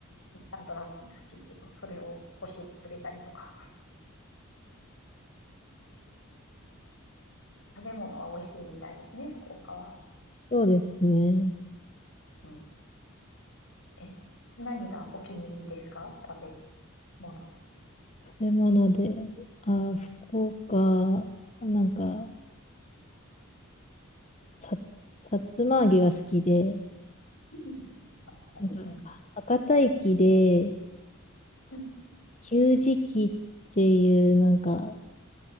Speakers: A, on the left; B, on the left.
A: インスタントラーメンらしいけど、それを教えてくれたりとか、<laughs> 食べ物は美味しいみたいですね、福岡は。
B: そうですね。
A: うん。え、何がお気に入りですか食べもので。
B: 食べ物で、あー、福岡、あなんか、さ、さつま揚げが好きで、
A: うん。はい、はい。
B: なんか、
A: うん。
B: 博多駅で、
A: うん、
B: 給食器っていう、なんか、